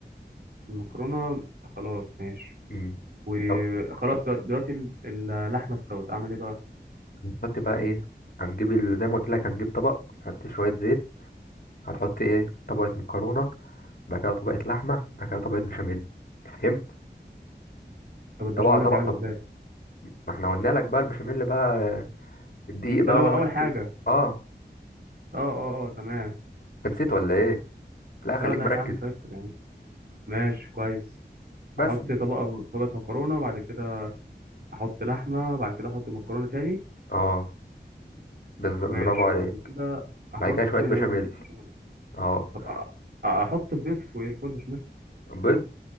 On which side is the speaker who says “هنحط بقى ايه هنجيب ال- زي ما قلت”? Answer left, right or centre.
Left